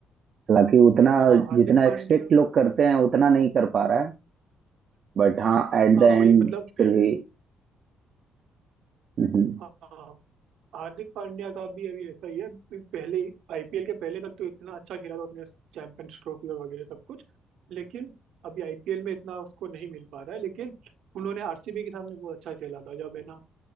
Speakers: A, on the right; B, on the right.
A: हालांकि उतना
B: हाँ हार्दिक
A: जितना
B: पांड्या
A: एक्सपेक्ट लोग करते हैं उतना नहीं कर पा रहा है बट हाँ एट
B: हाँ
A: द एंड
B: वही मतलब
A: फिर भी हम्म,
B: हाँ हार्दिक पांड्या का भी अभी ऐसा ही है अभी पहले आईपीएल के पहले तक तो इतना अच्छा खेला था उसने चैंपियंस ट्रॉफी और वगैरह सब कुछ लेकिन अभी आईपीएल में इतना उसको नहीं मिल पा रहा है लेकिन उन्होंने आरसीबी के सामने बहुत अच्छा खेला था जब है ना